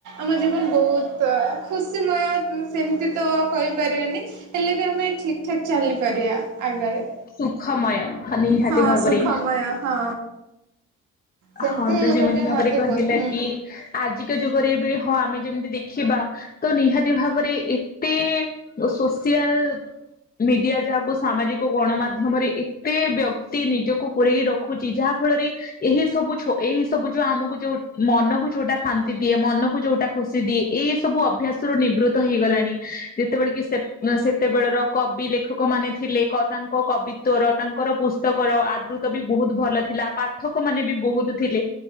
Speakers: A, on the right; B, on the left.
A: ଆମ ଜୀବନ ବହୁତ୍ ଖୁସିମୟ ସେମିତି ତ କହିପାରିବାନି ହେଲେ ବି ଆମେ ଠିକ ଠାକ ଚାଲିପାରିବା ଆଗରେ।
B: ସୁଖମୟ। ନିହାତି
A: ହଁ
B: ଭାବରେ
A: ସୁଖମୟ ହଁ। ସେମିତି
B: ହଁ ତ
A: ଏଇଟା
B: ଯେମିତି
A: ପାଇଁ
B: ଭାବରେ
A: ମତେ
B: କହିଲା
A: ବହୁତ ହୁଁ
B: କି ଆଜିକା ଯୁଗରେ ବି ହଁ ଆମେ ଯେମିତି ଦେଖିବା। ତ ନିହାତି ଭାବରେ ଏତେ ସୋସିଆଲ ମିଡିଆ ଯାହାକୁ ସାମାଜିକ ଗଣମାଧ୍ୟମରେ ବ୍ୟକ୍ତି ନିଜକୁ ପୂରେଇ ରଖୁଛି ଯାହା ଫଳରେ ଏହି ସବୁ ଏଇ ସବୁ ଯୋଉ ଆମକୁ ଯୋଉ ମନକୁ ଯୋଉଟା ଶାନ୍ତି ଦିଏ ମନକୁ ଯୋଉଟା ଖୁସି ଦିଏ ଏଇ ସବୁ ଅଭ୍ୟାସ ର ନିବୃତ୍ତ ହେଇଗଲାଣି ଯେତେବେଳେ କି ସେ ସେତେବେଳର କବି ଲେଖକ ମାନେ ଥିଲେ ତାଙ୍କ କବିିତ୍ୱର ତାଙ୍କର ପୁସ୍ତକର ଆଦୃତ ବି ବହୁତ ଭଲ ଥିଲା ପା ପାଠକ ମାନେ ବି ବହୁତ ଥିଲେ